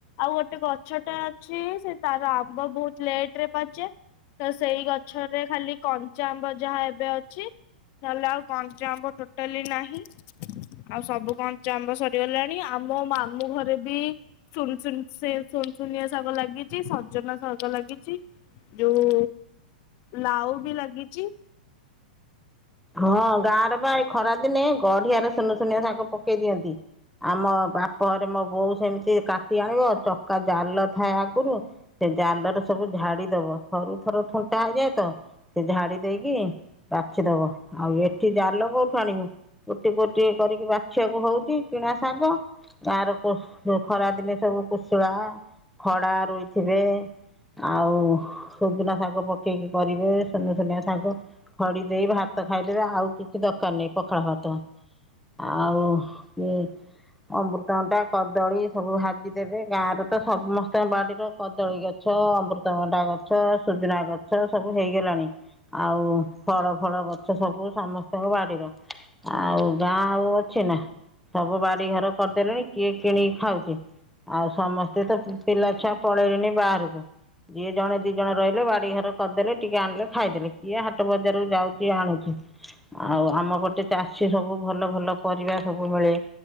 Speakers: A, on the left; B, in the centre.
A: ଆଉ ଗୋଟେ ଗଛଟେ ଅଛି ସେ ତାର ଆମ୍ବ ବହୁତ ଲେଟ ରେ ପାଚେ ତ ସେଇ ଗଛରେ ଖାଲି କଞ୍ଚା ଆମ୍ବ ଯାହା ଏବେ ଅଛି ନହେଲେ ଆଉ କଞ୍ଚା ଆମ୍ବ ଟୋଟାଲି ନାହିଁ ଆଉ ସବୁ କଞ୍ଚା ଆମ୍ବ ସ ହେଲାଣି ଆମ ମାମୁଁ ଘରେ ବି ସୁନୁ ସୁନୁ ସେ ଶୁନୁସୁନିଆ ଶାଗ ଲାଗିଚି ସଜନା ଶାଗ ଲାଗିଚି। ଯୋଉ ଲାଉ ବି ଲାଗିଚି।
B: ହଁ ଗାଁ ରେ ବା ଏଇ ଖରା ଦିନେ ଗଢିଆରେ ସୁନୁ ଶୁନିଆ ଶାଗ ପକେଇ ଦିଅନ୍ତି। ଆମ ବାପ ଘରେ ମୋ ବୋଉ ସେମିତି କାଟି ଆଣିବ ଚକା ଜାଲ ଥାଏ ଆଗରୁ ସେ ଜାଲରେ ସବୁ ଝାଡି ଦବ ଥରୁ ଥରୁ ଥଣ୍ଟା ହେଇଯାଏ ତ ସେ ଝାଡି ଦେଇକି ବାଛିଦବ ଆଉ ଏଠି ଏଠି ଜାଲ କୋଉଠୁ ଆଣିବୁ ଗୋଟି ଗୋଟି କରିକି ବାଛିବାକୁ ହଉଚି କିଣା ଶାଗ ଗାଁ ରେ କୋଷ ଖରା ଦିନି ସବୁ କୁଶୁଳା ଖଡା ରୋଇଥିବେ। ଆଉ ସୁଜୁନା ଶାଗ ପକେଇକି କରିବେ ସୁନ ସୁନିଆ ଶାଗ ଖଡି ଦେଇ ଭାତ ଖାଇଦେବେ ଆଉ କିଛି ଦରକାର ନାହିଁ ପଖାଳ ଭାତ। ଆଉ କିଏ ଅମୃତଭଣ୍ଡା କଦଳୀ ସବୁ ଭାଜିଦେବେ ଗାଁରେ ତ ସମସ୍ତଙ୍କ ବାଡିର କଦଳୀ ଗଛ ଗଛ ଅମୃତଭଣ୍ଡା ଗଛ ସୁଜୁନା ଗଛ ସବୁ ହେଇଗଲାଣି ଆଉ ଫଳ ଫଳ ଗଛ ସବୁ ସମସ୍ତଙ୍କ ବାଡିର ଆଉ ଗାଁ ଆଉ ଅଛି ନା। ସବୁ ବାଡି ଘର କରିଦେଲେଣି କିଏ କିଣିକି ଖାଉଚି ଆଉ ସମସ୍ତେ ତ ପିଲା ଛୁଆ ପଳେଇଲେଣିି ବାହାରକୁ ଯିଏ ଜଣେ ଦି ଜଣ ରହିଲେ ବାଡି ଘର କରିଦେଲେ ଟିକେ ଆଣିଲେ ଖାଇଦେଲେ କିଏ ହ ଟ ବଜାରରୁୁ ଯାଉଚି ଆଣୁଚି। ଆଉ ଆମ ଗଟେ ଚାଷୀ ସବୁ ଭଲ ଭଲ ପରିବା ସବୁ ମିଳେ।